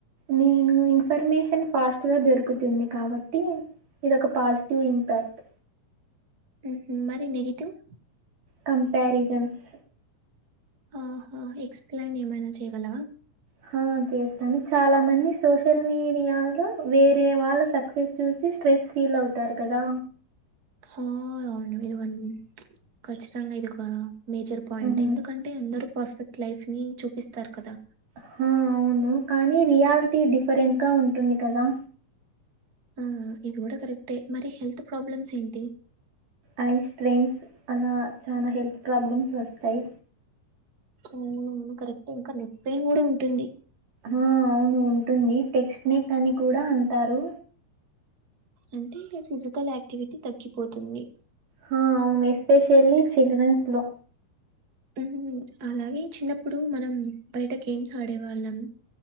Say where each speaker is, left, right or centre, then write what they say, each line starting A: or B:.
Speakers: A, on the right; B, on the right.
A: నేను ఇన్ఫర్మేషన్ ఫాస్ట్ గా దొరుకుతుంది కాబట్టి ఇదొక పాజ్. టివ్ ఇంపాక్ట్
B: ఉహు మరి నెగిటివ్
A: కంపారిజన్స్
B: ఆహా ఎక్సప్లైన్ ఏమైనా చేయగలవా
A: హా చేస్తాను చాలా మంది సోషల్ మీడియాలో, వేరే వాళ్ళ సక్సెస్ చూసి. స్ట్రెస్ ఫీల్ అవుతారు కదా
B: హొ అవును ఇదివన్ ఖచ్చితంగా ఇది ఒక మేజర్ పాయింట్
A: హ్మ్.
B: ఎందుకంటే? అందరు పర్ఫెక్ట్ లైఫ్ ని చూపిస్తారు కదా!
A: హా అవును కానీ రియాలిటీ డిఫరెంట్ గా ఉంటుంది కదా?
B: ఆ ఇది కూడా కరెక్టే మరి హెల్త్ ప్రాబ్లమ్స్ ఏంటి?
A: ఐస్ స్ట్రెన్స్ అలా చానా హెల్త్ ప్రాబ్లమ్స్ వస్తాయి.
B: వునును కరెక్ట్ ఇంకా నెక్ పెయిన్ కూడా ఉంటుంది.
A: ఆ అవును ఉంటుంది టెక్స్ట్ నెక్ అని కూడా అంటారు.
B: అంటే ఫిజికల్ యాక్టివిటి తగ్గిపోతుంది
A: హా అవును ఎస్పెషల్లీ చిల్డ్రన్స్ లో.
B: మ్మ్ అలాగే చిన్నప్పుడు మనం బయట గేమ్స్ ఆడే వాళ్ళం.